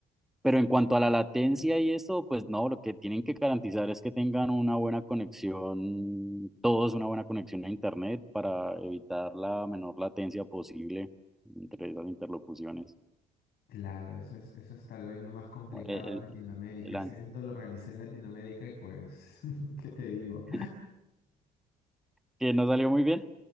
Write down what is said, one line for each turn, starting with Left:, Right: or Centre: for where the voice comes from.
Centre: Pero en cuanto a la latencia y eso, pues no, lo que tienen que garantizar es que tengan una buena conexión, todos una buena conexión a Internet para evitar la menor latencia posible entre esas interlocuciones.
Left: Claro, eso es, eso es tal vez lo más complicado
Centre: El, el-
Left: en Latinoamérica.
Centre: el
Left: Ese
Centre: an-
Left: evento lo organicé en Latinoamérica y pues, <laughs> ¿qué te digo?
Centre: <laughs> que no salió muy bien.